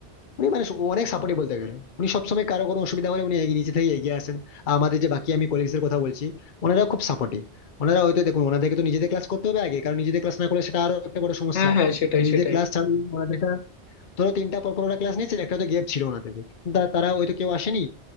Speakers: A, on the left (about 50°); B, on the left (about 85°).
A: উনি মানে অনেক সাপোর্টিভ বলতে গেলে উনি সবসময় কারো কোনো অসুবিধা হলে উনি এগিয়ে- নিজে থেকে এগিয়ে আসেন আর আমাদের যে বাকি আমি কলিগসের কথা বলছি ওনারা খুব সাপোর্টিভ ওনারা হয়তো দেখুন ওনাদেরকে তো নিজেদের ক্লাস করতে হবে আগে কারণ নিজেদের ক্লাস না করলে সেটা আরো একটা বড় সমস্যা
B: হ্যাঁ হ্যাঁ সেটাই
A: তো নিজেদের
B: সেটাই
A: ক্লাস ছাড়া ওনাদের একটা- ধরো তিনটা পর পর ওরা ক্লাস নিয়েছে একটা তো গ্যাপ ছিল ওনাদেরকে তা- তারা হয়তো কেউ আসেনি